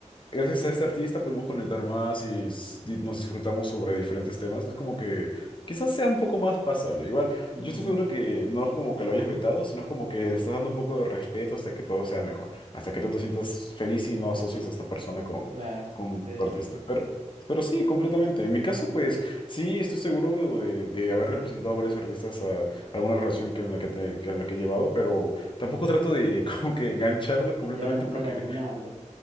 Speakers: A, on the left; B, on the right.
A: gracias a este artista pudimos conectar más y, s- y nos disfrutamos sobre diferentes temas. Es como que quizás sea un poco más pasable. Igual,
B: ujú,
A: yo estoy seguro que no es como que lo hayas vetado, sino es como que le estás dando un poco de respeto hasta que todo sea mejor, hasta que tú te sientas feliz y no asocies a esta persona con,
B: claro,
A: con tu
B: sí,
A: artista.
B: sí.
A: Pero, pero sí, completamente. En mi caso, pues sí, estoy seguro de, de haberle presentado a varios artistas a alguna relación que en la que, te- que en la que he llevado, pero tampoco trato de <laughs> como que engancharlo completamente
B: Ya en relacionarlo.
A: porque...